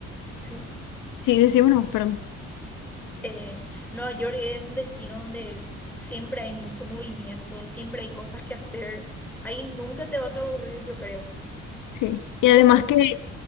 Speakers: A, in the centre; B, on the left.
A: sí.
B: sí, decimos nomás, perdón.
A: eh, Nueva York es un destino donde siempre hay mucho movimiento, siempre hay cosas que hacer. Ahí nunca te vas a aburrir, yo creo.
B: Sí. Y
A: ¿Y
B: además
A: vos, Agnes?
B: que